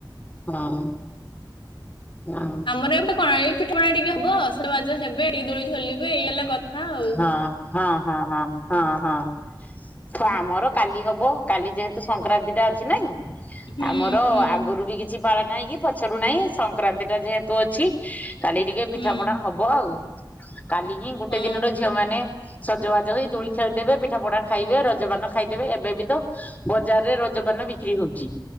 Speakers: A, on the left; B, on the left.
A: ହଁ ହଁ
B: ଆମର ଏବେ କଣ ଏଇ ପିଠାପଣା ଟିକେ ହବ ସଜ ବାଜ ହେବେ ଟିକେ ଦୋଳି ଝୁଲିବେ ଏଇ ହେଲା ଆଉ।
A: ହଁ, ହଁ, ହଁ, ହଁ, ହଁ ହ ଆମର କାଲି ହବ କାଲି ଯେହେତୁ ସଂକ୍ରାନ୍ତି ଟା ଅଛି ନାଇଁ?
B: ହୁଁ
A: ଆମର
B: ହୁଁ
A: ଆଗରୁ ବି କିଛି ପାଳନ ହେଇଁ କି ପଛରୁ ନାହିଁ ସଂକ୍ରାନ୍ତି ଟା ଯେହେତୁ ଅଛି କାଲି ଟିକେ
B: ହୁଁ
A: ପିଠା ପଣା ହବ ଆଉ କାଲି ହିଁ ଗୋଟେ
B: ହଁ
A: ଦିନରେ ଝିଅ ମାନେ ସଜବାଜ ହେଇ ଦୁଳି ଖେଳିଦେବେ ପିଠା ପଣା ଖାଇବେ ରଜପାନ ଖାଇଦେବେ ଏବେ ବି ତ ବଜାର୍‌ ରେ ରଜ ପାନ ବିକ୍ରି ହଉଛି